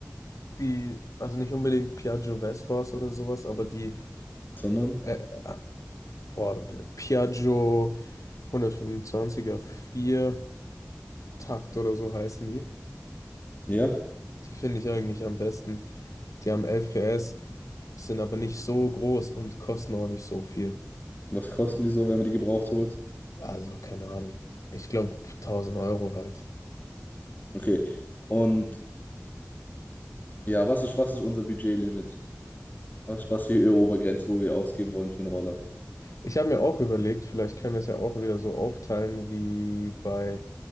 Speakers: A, on the left (about 80°); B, on the left (about 35°).
A: die, also nicht unbedingt Piaggio Vespas oder sowas, aber die,
B: Sondern,
A: äh, äh, boah, Piaggio 125er 4 Takt oder so heißen die.
B: ja,
A: Die finde ich eigentlich am besten. Die haben 11 PS. sind aber nicht so groß und kosten auch nicht so viel.
B: was kosten die so, wenn man die gebraucht holt?
A: Also keine Ahnung. Ich glaube tausend Euro halt.
B: Okay. Und ja, was ist, was ist unser Budgetlimit? Was, was die Euro-Obergrenze, wo wir ausgeben wollen für einen Roller.
A: Ich habe mir auch überlegt, vielleicht können wir es ja auch wieder so aufteilen wie bei